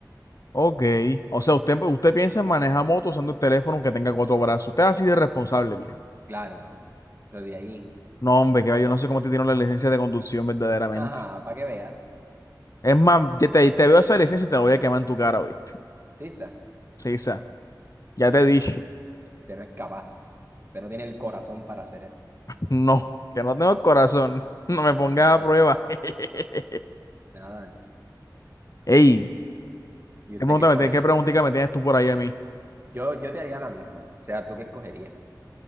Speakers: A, on the left (about 50°); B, on the right (about 30°).
A: Ok, o sea, usted, usted piensa en manejar moto usando el teléfono que tenga cuatro brazos. Usted es así de responsable, viejo.
B: Claro. Entonces, de ahí.
A: No, hombre, que va, yo no sé cómo te tiene la licencia de conducción verdaderamente.
B: Ajá, para que veas.
A: Es más, ya te, te veo esa licencia y te la voy a quemar en tu cara, ¿viste?
B: Sí,
A: Sí, esa. Ya te dije.
B: Usted no es capaz. Usted no tiene el corazón para hacer eso.
A: No, que no tengo corazón. <laughs> No me pongas
B: Nada,
A: a prueba. <laughs>
B: nada.
A: Ey,
B: ¿Y usted
A: ¿qué pregunta
B: qué escogería?
A: me tienes, qué preguntita me tienes tú por ahí a mí?
B: Yo, yo te haría la misma. O sea, ¿tú qué escogerías